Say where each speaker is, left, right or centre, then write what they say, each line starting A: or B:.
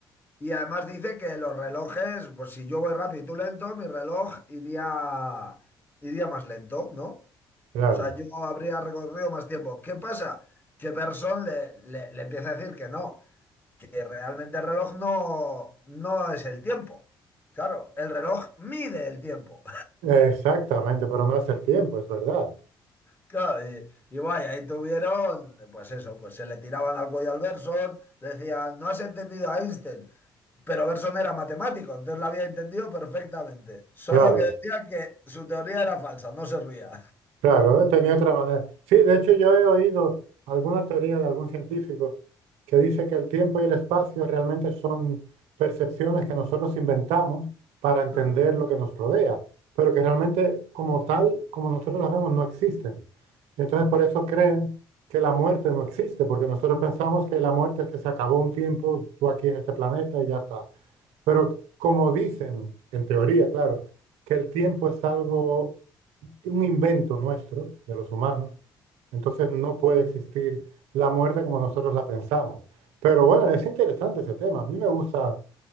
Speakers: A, on the left; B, on the right.
A: Y además dice que los relojes, pues si yo voy rápido y tú lento, mi reloj iría, iría más lento, ¿no? O
B: claro.
A: sea, yo habría recorrido más tiempo. ¿Qué pasa? Que Bergson le, le- le empieza a decir que no, que realmente el reloj no, no es el tiempo. Claro, el reloj mide el tiempo.
B: Exactamente, pero no es el tiempo, es verdad.
A: Claro, y, y vaya, ahí tuvieron, pues eso, pues se le tiraban al cuello al Berson, le decían, no has entendido a Einstein, pero Berson era matemático, entonces la había entendido perfectamente, solo
B: Claro,
A: que decía que su teoría era falsa, no servía.
B: claro, eh, tenía otra manera. Sí, de hecho yo he oído alguna teoría de algún científico que dice que el tiempo y el espacio realmente son percepciones que nosotros inventamos para entender
A: <laughs>
B: lo que nos rodea, pero que realmente como tal, como nosotros las vemos, no existen. Y entonces por eso creen que la muerte no existe, porque nosotros pensamos que la muerte es que se acabó un tiempo, tú aquí en este planeta y ya está. Pero como dicen, en teoría, claro, que el tiempo es algo, un invento nuestro, de los humanos, entonces no puede existir la muerte como nosotros la pensamos. Pero bueno, es interesante ese tema. A mí me gusta